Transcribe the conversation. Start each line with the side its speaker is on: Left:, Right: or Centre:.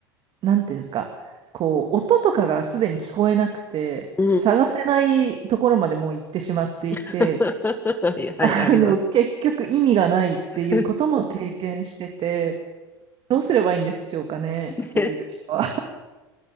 Right: なんていうんですか、こう、音とかがすでに聞こえなくて、
Left: うん。
Right: 探せないところまでもう行ってしまっていて、
Left: <laughs> はい、はい、
Right: あの、
Left: あります。
Right: 結局意味がないっていうことも経験してて、
Left: <laughs>
Right: どうすればいいんでしょうかね、
Left: ね
Right: そういう人は。